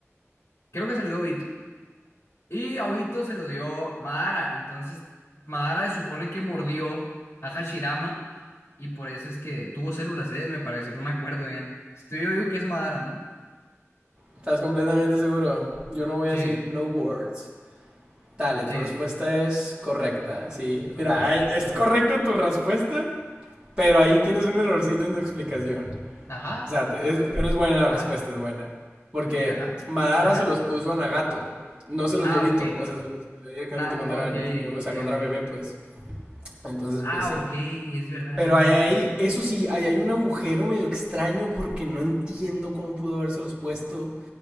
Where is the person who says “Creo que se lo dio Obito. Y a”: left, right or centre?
Left